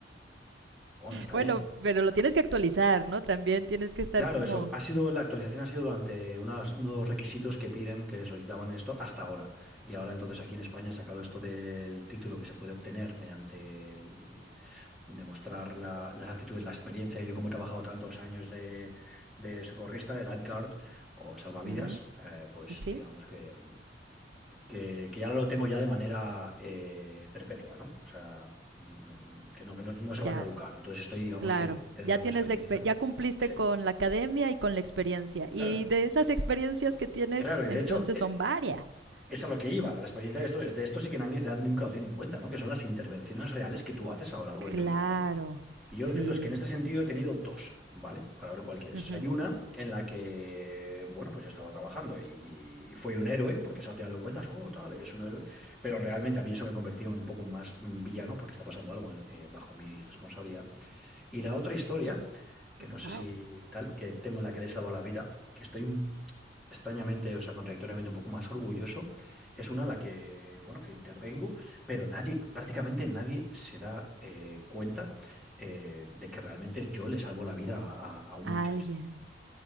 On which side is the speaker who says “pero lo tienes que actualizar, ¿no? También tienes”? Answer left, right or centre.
Right